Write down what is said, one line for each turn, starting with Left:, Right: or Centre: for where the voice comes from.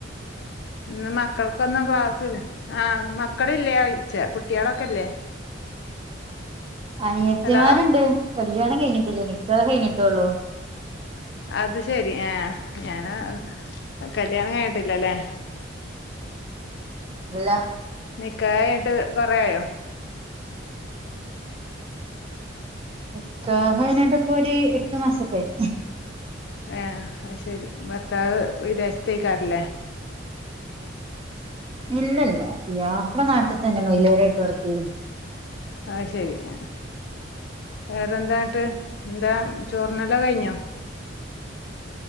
Left: ഇന്ന് മക്കൾക്കൊന്നും ക്ലാസ്സില്ല ആ മക്കള് കല്യാണം കഴിച്ച കുട്ടികളെക്കെല്ലേ
Right: അനിയത്തിമാരുണ്ട്
Left: ഹലോ
Right: കല്യാണം കഴിഞ്ഞിട്ടില്ല നിക്കഹ് കഴിഞ്ഞിട്ടോള്ളൂ
Left: അത് ശരി ആ ഞാന് കല്യാണം കഴിഞ്ഞിട്ടില്ലല്ലെ
Right: അല്ല
Left: നിക്കഹ് കഴിഞ്ഞിട്ട് കൊറേ ആയോ
Right: നിക്കാഹ് കഴിഞ്ഞിട്ട് ഇപ്പൊ ഒരു എട്ട് മാസക്കെ ആയി
Left: ആ അത് ശരി ഭർത്താവ് വിദേശത്തേക്കാറല്ലേ
Right: ഇല്ലില്ല പുയാപ്പിള നാട്ടിൽത്തന്നെ മൈലോരയായിട്ട് വർക്ക് ചെയ്യുന്നു
Left: അത് ശരി ആ വേറെന്തായിട്ട് എന്താ ചോറിനെല്ലാം കഴിഞ്ഞോ